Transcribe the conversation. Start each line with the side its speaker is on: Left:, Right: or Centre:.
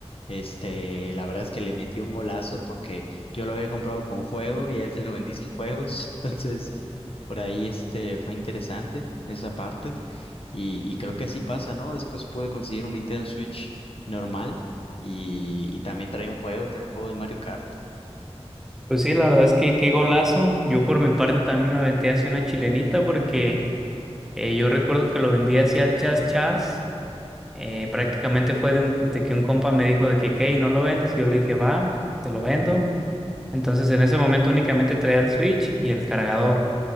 Left: Este, la verdad es que le metí un golazo porque yo lo había comprado con juego y a él se lo vendí sin juegos. <laughs> Entonces, por ahí este fue interesante esa parte. Y, y creo que así pasa, ¿no? Después pude conseguir un Nintendo Switch normal y, y también trae un juego, trae el juego de Mario Kart.
Centre: Pues sí, la verdad es que qué golazo. Yo por mi parte también me aventé así una chilenita porque eh, yo recuerdo que lo vendí así al chas chas. Eh, prácticamente fue de, un, de que un compa me dijo de que, ¿qué? ¿Y no lo vendes? Y yo le dije, va, te lo vendo. Entonces en ese momento únicamente traía el switch y el cargador.